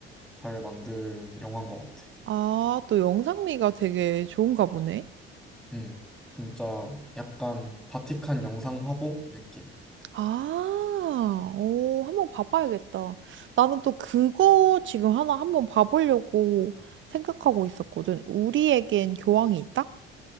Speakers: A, in the centre; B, on the right (about 40°).
A: 잘 만든 영화인 것 같아.
B: 아, 또 영상미가 되게 좋은가 보네.
A: 음, 진짜 약간 바티칸 영상 화보 느낌.
B: 아, 오, 한번 봐봐야겠다. 나는 또 그거 지금 하나 한번 봐보려고 생각하고 있었거든. 우리에겐 교황이 있다?